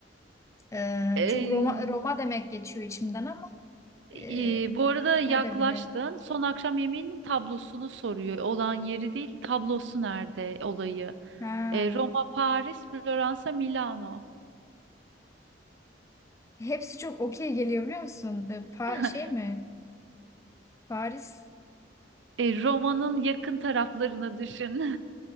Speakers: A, on the left; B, on the right.
A: e,
B: Ee,
A: çok Roma Roma demek geçiyor içimden ama e,
B: e, bu arada yaklaştın.
A: nerede bilir.
B: Son akşam yemeğinin tablosunu soruyor. Olan yeri değil, tablosu nerede olayı.
A: Ha.
B: E, Roma, Paris, Floransa, Milano.
A: Hepsi çok okey geliyor biliyor musun? E, Pa
B: <laughs>
A: şey mi? Paris,
B: E, Roma'nın yakın taraflarını düşün.